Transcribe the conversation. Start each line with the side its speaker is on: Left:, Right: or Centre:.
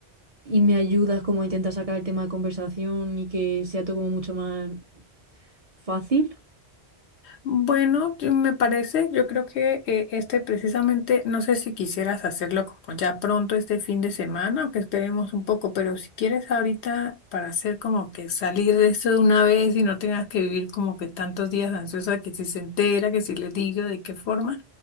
Right: y me ayudas como a intentar sacar el tema de conversación y que sea todo como mucho más fácil.
Left: Bueno, yo- me parece, yo creo que eh, este precisamente, no sé si quisieras hacerlo como ya pronto este fin de semana o que esperemos un poco, pero si quieres ahorita para hacer como que salir de esto de una vez y no tengas que vivir como que tantos días ansiosa que si se entera, que si le digo de qué forma,